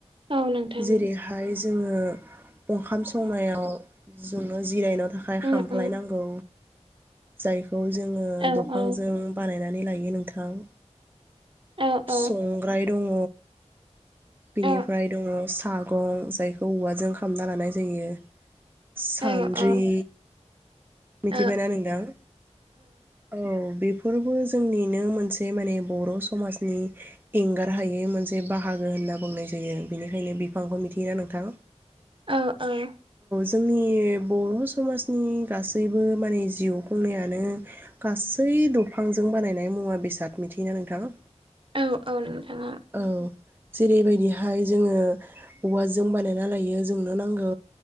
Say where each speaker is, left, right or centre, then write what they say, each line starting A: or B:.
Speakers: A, on the right; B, on the right.
A: औ नोंथां
B: जेरैहाय जोङो ओंखाम संनाय आव जोंयो जिरायनानै थाखाय
A: उम
B: खामफ्लायनांगौ
A: उम
B: जाइ खौ जोङो
A: औ औ
B: बानायनानै लायो नोंथां
A: औ औ
B: संग्राइ दङ। बिनिफ्राय
A: औ
B: दङ साग मैगं जायखौ औवाजों खामना लानाय जायो। सानद्रि
A: औ औ
B: मिथिबायना
A: औ
B: नोंथां औ बेफोरबो जोंनिनो मोनसे माने बर' समाजनि एंगार हायै मोनसे बाहागो होनना बुंनाय जायो बेनिखायनो बिफांखौ मिथियोना नोंथां
A: औ औ।
B: जोंनि बर' समाजनि गासैबो माने जिउ खुंनायानो गासै दंफांजों बानायनाय मुवा बेसाद मिथियोना नोंथां।
A: औ औ नोंथां।
B: औ जेरैबायदिहाय जोङो औवाजों बानायना लायो जोंनो नांगौ